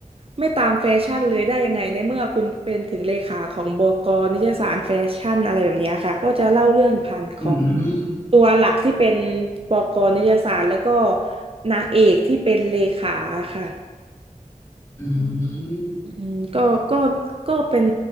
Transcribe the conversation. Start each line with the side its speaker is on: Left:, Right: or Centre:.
Right: ไม่ตามแฟชั่นเลยได้ยังไงในเมื่อคุณเป็นถึงเลขาของบกนิตยสารแฟชั่นอะไรแบบเนี้ยค่ะก็จะเล่าเรื่องผ่านของ
Left: อืม
Right: ตัวหลักที่เป็นบกนิตยสารแล้วก็นางเอกที่เป็นเลขาค่ะ
Left: อืม
Right: อืมก็ก็ก็เป็น